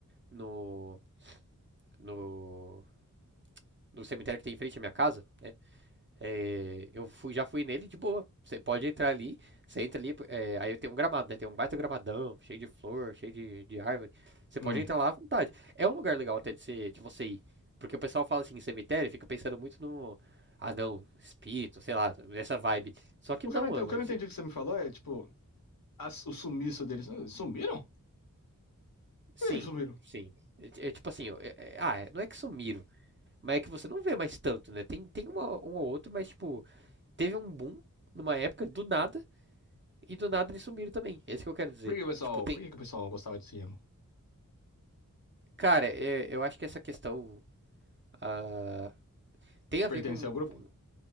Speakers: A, on the right (about 35°); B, on the left (about 85°).
A: no, no no cemitério que tem em frente à minha casa, né? É, eu fui, já fui nele de boa. Você pode entrar ali, você entra ali, é, aí tem um gramado, né? Tem um baita gramadão, cheio de flor, cheio de, de árvore. Você pode
B: hum.
A: entrar lá à vontade. É um lugar legal até de, ser, de você ir. Porque o pessoal fala assim, cemitério, fica pensando muito no. Ah, não, espírito, sei lá, nessa vibe. Só que
B: O
A: não,
B: que eu não, ente-
A: mano,
B: o que eu não
A: se-
B: entendi que você me falou é, tipo, as- o sumiço deles. Ah, Sumiram?
A: sim,
B: Por que que sumiram?
A: sim. É, é tipo assim, ó, é- é- ah, é- não é que sumiram, mas é que você não vê mais tanto, né? Tem, tem uma, um ou outro, mas tipo, teve um boom numa época, do nada. e do nada eles sumiram também. É isso que eu quero dizer.
B: Por que, que o pessoal,
A: Tipo, tem.
B: por que, que o pessoal gostava de ser emo?
A: Cara, é- eu acho que essa questão ah, tem
B: De
A: a
B: pertencer
A: ver com,
B: ao grupo?
A: com